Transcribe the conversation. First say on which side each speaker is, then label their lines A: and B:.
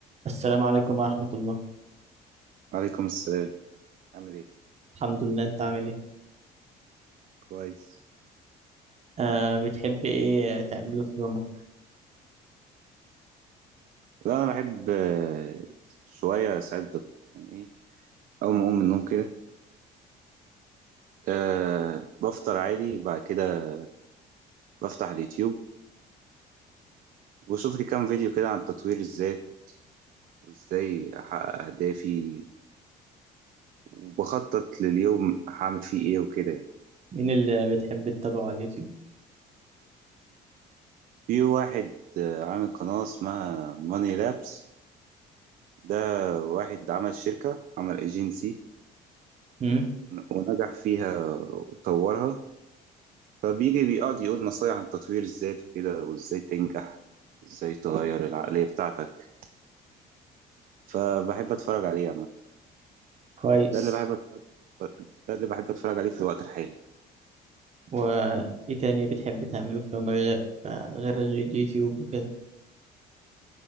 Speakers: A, on the right; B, on the right.
A: السلام عليكم ورحمة الله
B: عليكم السلام عامل ايه
A: الحمد لله انت عامل ايه
B: كويس
A: آه بتحب ايه تعمله في يومك
B: لا انا بحب آه، شويه ساعات بت- يعني ايه اول ما اقوم من النوم كده أه بفطر عادي وبعد كده بفتح اليوتيوب وبشوف لي كام فيديو كده عن تطوير الذات وازاي احقق اهدافي وبخطط لليوم هعمل فيه ايه وكده يعني
A: مين اللي بتحب تتابعه على اليوتيوب
B: في واحد آه، عامل قناه اسمها ماني لابس ده واحد عمل شركه عمل ايجنسي
A: امم
B: ونجح فيها وطورها فبيجي بيقعد يقول نصايح عن تطوير الذات وكده وازاي تنجح ازاي تغير العقلية بتاعتك فبحب اتفرج عليه عامة
A: كويس
B: ده اللي بحب أتفرج ده اللي بحب اتفرج عليه في الوقت الحالي
A: وايه تاني بتحب تعمله في يومك غير غير اليوتيوب وكده